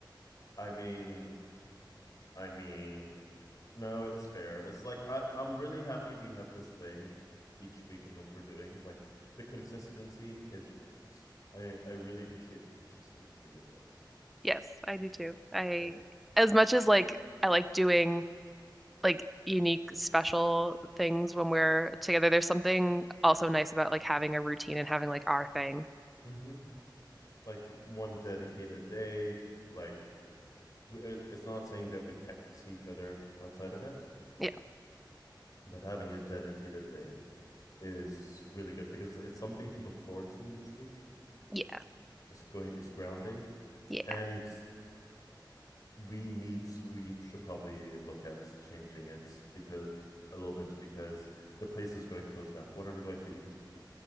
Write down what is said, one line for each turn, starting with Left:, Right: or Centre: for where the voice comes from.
Left: I mean, I mean, no, it's fair. It's like I, I'm really happy we have this thing each week in what we're doing. Like the consistency is great. I, I really appreciate the consistency with this.
Centre: Yes, I do too. I
Left: Yeah.
Centre: as much as like I like doing like unique special things when we're together, there's something also nice about like having a routine and having like our thing.
Left: Mm-hmm. Like one dedicated day. Like it- it's not saying that we can't see each other outside of it,
Centre: Yeah.
Left: but having a dedicated day is really good because it's something to look forward to each week.
Centre: Yeah.
Left: It's going. It's grounding,
Centre: Yeah.
Left: and we need. We should probably look at changing it because a little bit because the place is going closed down. What are we going to eat?